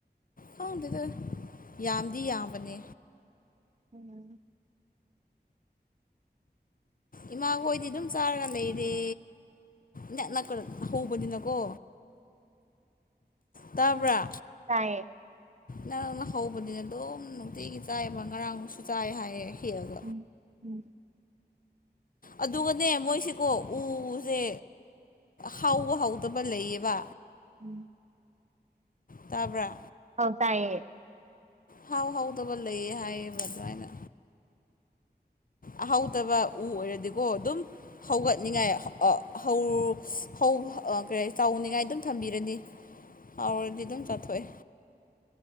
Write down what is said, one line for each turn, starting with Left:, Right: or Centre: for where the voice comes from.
Left: ꯈꯪꯗꯦꯗ ꯌꯥꯝꯗꯤ ꯌꯥꯝꯕꯅꯦ
Right: ꯎꯝ
Left: ꯏꯃꯥꯈꯣꯏꯗꯤ ꯑꯗꯨꯝ ꯆꯥꯔꯒ ꯂꯩꯔꯦ ꯅꯛ ꯅꯛ ꯍꯧꯕꯅꯤꯅꯀꯣ ꯇꯥꯕ꯭ꯔꯥ
Right: ꯇꯥꯏꯌꯦ
Left: ꯅꯪꯅ ꯍꯧꯕꯅꯤꯅ ꯑꯗꯨꯝ ꯅꯨꯡꯇꯤꯒꯤ ꯆꯥꯏꯕ ꯉꯔꯥꯡꯁꯨ ꯆꯥꯏ ꯍꯥꯏꯌꯦ ꯍꯦꯛꯑꯒ
Right: ꯎꯝ
Left: ꯑꯗꯨꯒꯅꯦ ꯃꯣꯏꯁꯦꯀꯣ ꯎꯖꯦ ꯍꯥꯎꯕ ꯍꯥꯎꯗꯕ ꯂꯩꯌꯦꯕ
Right: ꯎꯝ
Left: ꯇꯥꯕ꯭ꯔꯥ
Right: ꯑꯥꯎ ꯇꯥꯏꯌꯦ
Left: ꯍꯥꯎ ꯍꯥꯎꯗꯕ ꯂꯩꯌꯦ ꯍꯥꯏꯌꯦ ꯃꯖꯥꯏꯅ ꯑꯍꯥꯎꯗꯕ ꯎ ꯑꯣꯏꯔꯗꯤꯀꯣ ꯑꯗꯨꯝ ꯍꯧꯒꯠꯅꯤꯡꯉꯥꯏ ꯑ ꯍꯧ ꯍꯧ ꯀꯔꯤ ꯆꯥꯎꯅꯤꯡꯉꯥꯏ ꯑꯗꯨꯝ ꯊꯝꯕꯤꯔꯅꯤ ꯍꯥꯎꯔꯗꯤ ꯑꯗꯨꯝ ꯆꯥꯊꯣꯛꯑꯦ